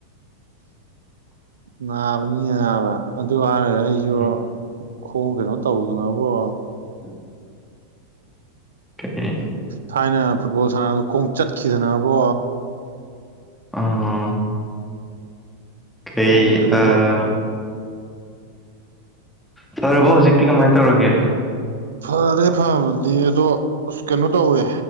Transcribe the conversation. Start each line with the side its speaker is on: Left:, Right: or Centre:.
Right: ꯅꯕꯅꯤ ꯌꯥꯕ ꯑꯗꯨ ꯍꯥꯏꯔꯒ ꯑꯩꯖꯨ
Centre: ꯎꯝ
Right: ꯈꯣꯡ ꯀꯩꯅꯣ ꯇꯧꯗꯅꯕꯣ
Centre: <inaudible> ꯀꯩ
Right: ꯊꯥꯏꯅ ꯐꯨꯠꯕꯣꯜ ꯁꯥꯟꯅꯕꯗ ꯈꯣꯡ ꯆꯠꯈꯤꯗꯅꯕꯣ
Centre: ꯑꯥ ꯑꯩ
Right: ꯈꯣꯡ ꯀꯩꯅꯣ
Centre: ꯑꯥ
Right: ꯇꯧ
Centre: ꯐꯔꯕꯣ ꯍꯧꯖꯤꯛꯇꯤ ꯀꯃꯥꯏ ꯇꯧꯔꯒꯦ
Right: ꯐꯔꯦ ꯐꯕꯗꯤ ꯑꯗꯣ ꯑꯁ ꯀꯩꯅꯣ ꯇꯧꯋꯦ